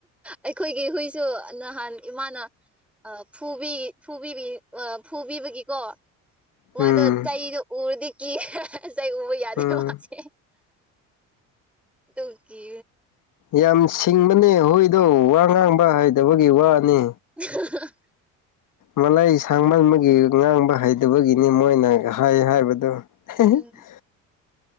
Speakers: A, in the centre; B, on the left (about 55°).
A: ꯑꯩꯈꯣꯏꯒꯤ ꯍꯨꯏꯁꯨ ꯅꯍꯥꯟ ꯏꯃꯥꯅ ꯐꯨꯕꯤ ꯐꯨꯕꯤꯕꯒꯤ ꯐꯨꯕꯤꯕꯒꯤꯀꯣ ꯃꯥꯗꯣ
B: ꯎꯝ
A: ꯆꯩꯗꯣ ꯎꯔꯗꯤ ꯀꯤꯦ ꯆꯩ ꯎꯕ ꯌꯥꯗ꯭ꯔꯦ
B: ꯎꯝ
A: ꯃꯥꯁꯦ ꯗꯨꯒꯤ
B: ꯌꯥꯝ ꯁꯤꯡꯕꯅꯦ ꯍꯣꯏꯗꯣ ꯋꯥ ꯉꯥꯡꯕ ꯍꯥꯏꯗꯕꯒꯤ ꯋꯥꯅꯤ
A: <unintelligible>
B: ꯃꯂꯩ ꯁꯥꯡꯃꯟꯕꯒꯤ ꯉꯥꯡꯕ ꯍꯩꯇꯕꯒꯤꯅꯤ ꯃꯣꯏꯅ ꯍꯥꯏꯩ ꯍꯥꯏꯕꯗꯨ <unintelligible>
A: ꯎꯝ